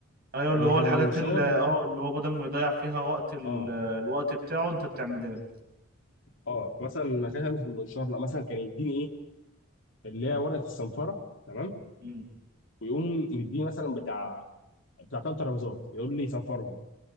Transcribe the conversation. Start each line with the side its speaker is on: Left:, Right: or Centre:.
Right: ايوه اللي
Left: ان
Right: هو
Left: كان
Right: الحاجات
Left: المنشار
Right: اللي اه اللي هو بدل ما يضيع فيها وقت ال...
Left: اه
Right: الوقت بتاعه انت بتعملها له
Left: اه مثلا ما كانش ألبس المنشار لا مثلا كان يديني ايه اللي هي ورقه الصنفره تمام
Right: امم
Left: ويقوم مديني مثلا بتاع بتاع ثلاث ترابيزات يقول لي صنفرهم